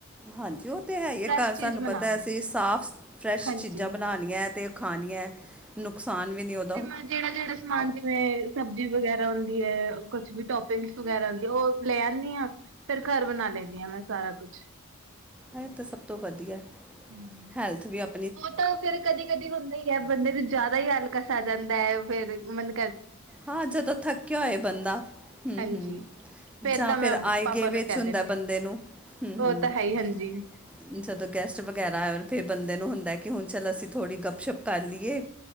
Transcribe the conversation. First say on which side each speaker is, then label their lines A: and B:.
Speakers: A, in the centre; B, on the right.
A: ਹਾਂਜੀ ਉਹ ਤੇ ਹੈ ਹੀ ਹੈ
B: ਫਰੈਸ਼
A: ਘਰ
B: ਚੀਜ਼
A: ਸਾਨੂੰ
B: ਬਣਾ
A: ਪਤਾ
B: ਲੋ।
A: ਅਸੀ ਸਾਫ ਫਰੈਸ਼
B: ਹਾਂਜੀ।
A: ਚੀਜ਼ਾ ਬਣਾਉਣੀਆ ਤੇ ਖਾਣੀਏ ਨੁਕਸਾਨ ਵੀ ਨੀ ਉਹ
B: ਤੇ ਮੈਂ ਜਿਹੜਾ-ਜਿਹੜਾ ਸਮਾਨ ਜਿਵੇ ਸਬਜ਼ੀ ਵਗੈਰਾ ਹੁੰਦੀ ਹੈ ਕੁਛ ਵੀ ਟੋਪਿੰਗਸ ਵਗੈਰਾ ਹੁੰਦੀ ਉਹ ਲੈ ਆਨੀ ਆ ਫੇਰ ਘਰ ਬਣਾ ਲੇਨੀ ਹਾ ਮੈਂ ਸਾਰਾ ਕੁਛ।
A: ਇਹ ਤਾ ਸਭ ਤੋ ਵਧੀਆ।
B: ਹਾਂਜੀ
A: ਹੈਲਥ ਵੀ ਆਪ
B: ਉਹ ਤਾ ਫੇਰ ਕਦੀ-ਕਦੀ ਹੁੰਦਾ ਹੀ ਹੈ ਬੰਦੇ ਨੂੰ ਜਾਦਾ ਹੀ ਹਲਕਸ ਆ ਜਾਂਦਾ ਹੈ ਫੇਰ ਮਲ
A: ਹਾਂ ਜਦੋਂ ਥੱਕਿਆ ਹੋਏ ਬੰਦਾ ਹਮ-ਹਮ।
B: ਹਾਂਜੀ
A: ਜਾਂ
B: ਤਾਂ ਮੈਂ
A: ਫੇਰ ਆਏ
B: ਪਾਪਾ
A: ਗਏ
B: ਨੂੰ
A: ਵਿੱਚ
B: ਕਹਿ
A: ਹੁੰਦਾ
B: ਦਿੰਦੀ
A: ਬੰਦੇ
B: ਹਾਂ
A: ਨੂੰ ਹਮ-ਹਮ।
B: ਉਹ ਤਾਂ ਹੈ ਹੀ ਹਾਂਜੀ
A: ਜਦੋਂ ਗੈਸਟ ਵਗੈਰਾ ਆਏ ਫੇਰ ਬੰਦੇ ਨੂੰ ਹੁੰਦਾ ਕਿ ਹੁਣ ਚੱਲ ਅਸੀਂ ਥੋੜ੍ਹੀ ਗੱਪਸ਼ੱਪ ਕਰ ਲਈਏ।